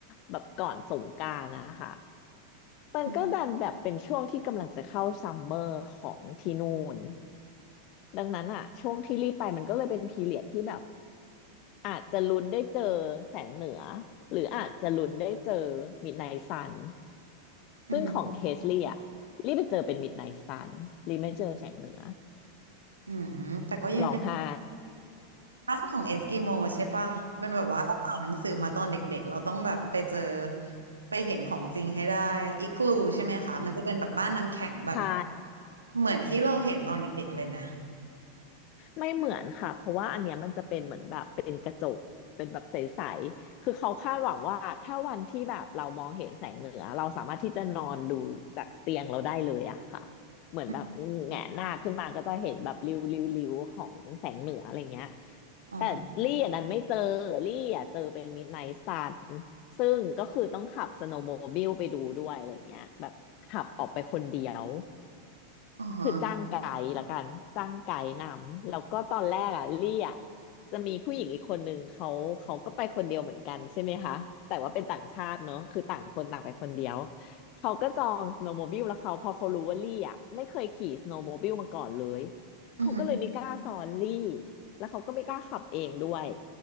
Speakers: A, on the left (about 40°); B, on the right (about 75°).
A: แบบก่อนสงกรานต์นะคะ มันก็ดันแบบเป็นช่วงที่กำลังจะเข้าซัมเมอร์ของที่นู่น
B: อหืม
A: ดังนั้นอ่ะช่วงที่รีบไปมันก็เลยเป็นพีเรียดที่แบบอาจจะลุ้นได้เจอแสงเหนือหรืออาจจะลุ้นได้เจอมิดไนท์ซัน
B: ออืมอหืม
A: ซึ่งของเคสลี่อ่ะรีบไปเจอเป็นมิดไนท์ซันรีบไม่เจอแสงเหนือ
B: อืมแต่ก็ยังได้
A: ร้องไห้
B: ร่างของเอสกิโมใช่ปะเป็นแบบว่าเราอ่านหนังสือมาตอนเด็กๆเราต้องแบบไปเจอไปเห็นของจริงให้ได้อิกลูใช่ไหมคะ มันจะเป็นแบบบ้านน้ำแข็งแบบ
A: <laughs> ใช่
B: เหมือนที่เราเห็นตอนเด็กๆ เลยไหม
A: ไม่เหมือนค่ะเพราะว่าอันเนี้ยมันจะเป็นเหมือนแบบเป็นกระจกเป็นแบบใสๆคือเขาคาดหวังว่าถ้าวันที่แบบเรามองเห็นแสงเหนือเราสามารถที่จะนอนดูจากเตียงเราได้เลยอะค่ะเหมือนแบบแงนหน้าขึ้นมาก็จะเห็นแบบริ้วริ้วริ้วของแสงเหนืออะไรเงี้ย
B: อืมอ๋อ
A: แต่ลี่อันนั้นไม่เจอลี่อ่ะเจอเป็นมิดไนท์ซันซึ่งก็คือต้องขับสโนว์โมบิลไปดูด้วยอะไรเงี้ยแบบขับออกไปคนเดียว
B: อ๋อฮะ
A: คือจ้างไกด์ละกันจ้างไกด์นำแล้วก็ตอนแรกอ่ะลี่อ่ะจะมีผู้หญิงอีกคนนึงเขาเขาก็ไปคนเดียวเหมือนกันใช่ไหมคะแต่ว่าเป็นต่างชาติเนอะคือต่างคนต่างไปคนเดียวเขาก็จองสโนว์โมบิลแล้วเขาพอเขารู้ว่าลี่อ่ะไม่เคยขี่สโนว์โมบิลมาก่อนเลย
B: อือฮึ
A: เขาก็เลยไม่กล้าสอนลี่แล้วเขาก็ไม่กล้าขับเองด้วย